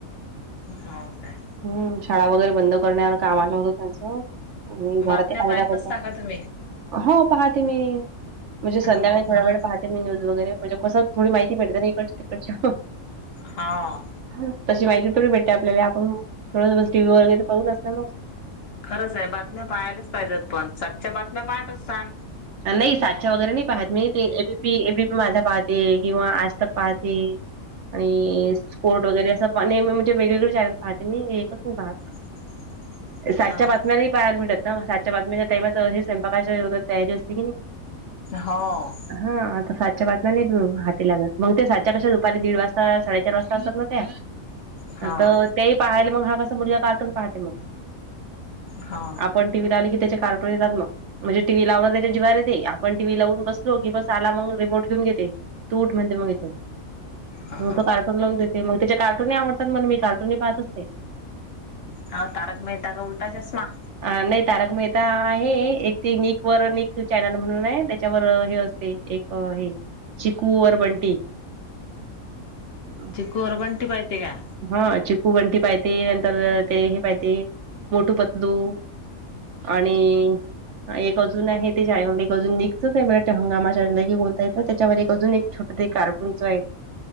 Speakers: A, on the left (about 55°); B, on the right (about 65°).
A: हाव का?
B: हम्म शाळा वगैरे बंद करण्यावर काम आलं होतं त्यांचं. आणि घरातई
A: बातम्या
B: पाणी
A: पाहत
B: दाखवलतं.
A: असता का तुम्ही?
B: हो पाहते मी म्हणजे संध्याकाळी
A: हो म्हणून
B: थोडा वेळ पाहते मी, न्यूज वगैरे म्हणजे कसं थोडी माहि ती भेटते न इकडची तिकडची
A: हाव.
B: हम्म तशी माहिती थोडी भेटते आपल्याले आपण, थोडंस बस टी व्ही वगैरे पाहून बसत मंग.
A: खरंच आहे बातम्या पाहायलाच पायजत पण सातच्या बातम्या पाहत असांन?
B: नाई सातच्या वगैरे नाही पाहत मी ते A B, P A B P माझा पाहते. किंवा आज तक पाहते. आणि अ स्पोर्ट वगैरे असं पण नेहमी म्हणजे वेगवेगळे चॅनल पाहते मी हे एकच नाही पाहत.
A: <inaudible>
B: सातच्या
A: हो
B: बातम्या नाही पाहायला भेटत, सातच्या बातम्याच्या टाइमात हे स्वयंपाकाची वगैरे तयारी असते की नई.
A: हो.
B: हां आता सातच्या बातम्या नाहीत मग हा ती लागत मग ते सातच्या कशा, दुपारी दीड वाजता, साडेचार वाजता असतात न त्या
A: हो
B: त अ त्यायी पाहाले मगं हा कसा मुलगा कार्टून पाहते मगं
A: हो
B: आपण टी व्ही लावली की त्याचे कार्टून येतात मग म्हणजे टीव्ही लावलं त्याच्या जिवावर येते, आपण टीव्ही लावून बसलो की बस आला मग रिमोट घेऊन घेते. तू उठ म्हणते मग इथून
A: ह
B: मग
A: ह
B: तो कार्टू तर लावून देते मग त्याच्या कार्टूनही आवडतात मल मी कार्टूनही पहात असतें.
A: हा तारक मेहता का उलटा चष्मा?
B: अ नाही तारक मेहता आहे एक ते निक वर निक चॅनल म्हणून आहे त्याच्यावर हे अ ते एक हे. चिकू और बंटी हम्म.
A: चिकू वर बंटी पाहिती का
B: हम्म चिकू बंटी पायतेे नंतर ते हे पाहते मोटू पतलू आणि एक अजून आहे ते चैनल एक अजून निकचच आहे, मला वाटते हंगामा चैनल आहे की कोणत आहे त ते. त्याच्यावर एक अजून एक छोटं ते कार्टुनच आहे.